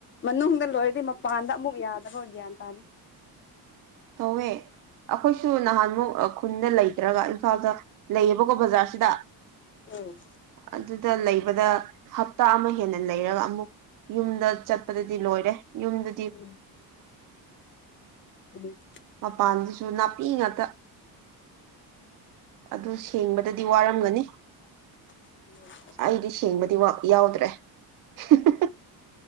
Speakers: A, on the left (about 30°); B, on the right (about 55°).
A: ꯃꯅꯨꯡꯗ ꯂꯣꯏꯔꯗꯤ ꯃꯄꯥꯟꯗ ꯑꯃꯨꯛ ꯌꯥꯗꯕꯥ ꯒꯌ꯭ꯥꯟ ꯇꯥꯗꯦ
B: ꯇꯧꯋꯦ ꯑꯩꯈꯣꯏꯁꯨ ꯅꯍꯥꯟꯃꯨꯛ ꯈꯨꯟꯗ ꯂꯩꯇ꯭ꯔꯕ ꯏꯝꯐꯥꯜꯗ ꯂꯩꯌꯦꯕꯀꯣ ꯕꯖꯥꯔꯁꯤꯗ
A: ꯎꯝ
B: ꯑꯗꯨꯗ ꯂꯩꯕꯗ ꯍꯞꯇꯥ ꯑꯃ ꯍꯦꯟꯅ ꯂꯩꯔꯒ ꯑꯃꯨꯛ ꯌꯨꯝꯗ ꯆꯠꯄꯗꯗꯤ ꯂꯣꯏꯔꯦ ꯌꯨꯝꯗ
A: ꯎꯝ ꯎꯝ ꯎꯝ
B: ꯃꯄꯥꯟꯗꯨꯁꯨ ꯅꯥꯄꯤ ꯉꯥꯛꯇ ꯑꯗꯨ ꯁꯦꯡꯕꯗꯗꯤ ꯋꯥꯔꯝꯒꯅꯤ
A: ꯎꯝ
B: ꯑꯩꯗꯤ ꯁꯦꯡꯕꯗꯤ ꯋꯛ ꯌꯥꯎꯗ꯭ꯔꯦ ꯍꯝꯍꯝ